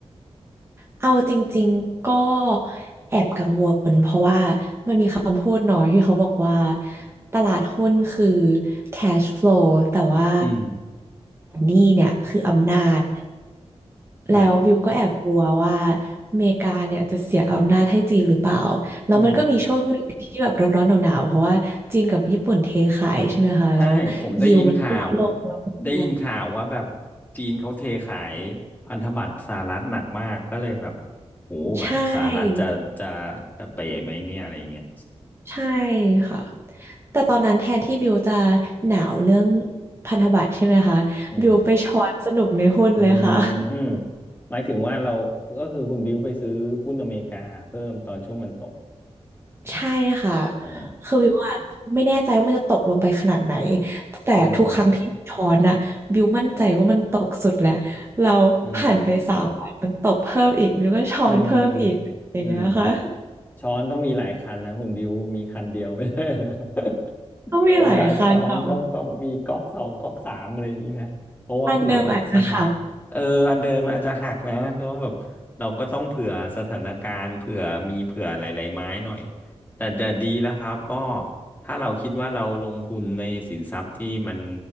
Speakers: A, on the right (about 25°); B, on the left (about 15°).
A: เอาจริงๆ ก็แอบกังวลเพราะว่ามันมีคำพูดเนาะที่เขาบอกว่าตลาดหุ้นคือ cash flow แต่ว่า
B: อืม
A: หนี้เนี่ยคืออำนาจแล้วบิวก็แอบกลัวว่า
B: ฮะ
A: อเมริกาเนี่ยจะเสียอำนาจให้จีนหรือเปล่าแล้วมันก็มีช่วงหนึ่งที่แบบร้อนๆหนาวๆเพราะว่าจีนกับญี่ปุ่นเทขายใช่ไหมคะแล้วยิวมันก็ลดลงเยอะมาก
B: อืม ใช่ผมได้ยินข่าวได้ยินข่าวว่าแบบจีนเขาเทขายพันธบัตรสหรัฐหนักมากก็เลยแบบโหแบบสหรัฐจะจะ
A: ใช่
B: จะเป๋ไหมเนี่ยอะไรเงี้ย
A: ใช่ค่ะ แต่ตอนนั้นแทนที่บิวจะหนาวเรื่องพันธบัตรใช่ไหมคะบิวไปช้อนสนุกในหุ้นเลยค่ะ
B: อืมอืมอืมหมายถึงว่าเราก็คือคุณบิวไปซื้อหุ้นอเมริกาเพิ่มตอนช่วงมันตก
A: <laughs> ใช่ค่ะ
B: อ๋อ
A: คือบิวอะไม่แน่ใจว่ามันจะตกลงไปขนาดไหนแต่ทุกครั้งที่ช้อนอะบิวมั่นใจว่ามันตกสุดแล้วเราผ่านไปสามวันมันตกเพิ่มอีกบิวก็ช้อนเพิ่มอีกอย่างเงี้ยค่ะ
B: อืมอืมอืมอืม ช้อนต้องมีหลายคันนะคุณบิวมีคันเดียวไม่ได้ <laughs>
A: <laughs> ต้องมีหลายคันเนาะ
B: เวลาช้อนต้องต้องมีก๊อกสองก๊อกสามอะไรอย่างนี้นะเพราะว่าเผื่อสถาน
A: อันเดิมอาจจะหัก
B: เอออันเดิมมันอาจจะหักนะก็แบบเราก็ต้องเผื่อสถานการณ์เผื่อมีเผื่อหลายๆไม้หน่อยแต่แต่ดีแล้วครับก็ถ้าเราคิดว่าเราลงทุนในสินทรัพย์ที่มัน